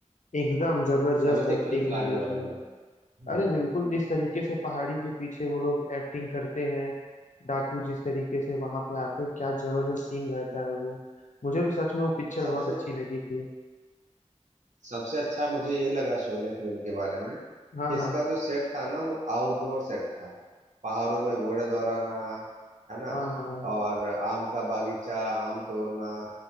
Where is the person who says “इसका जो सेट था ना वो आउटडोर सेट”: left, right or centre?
Right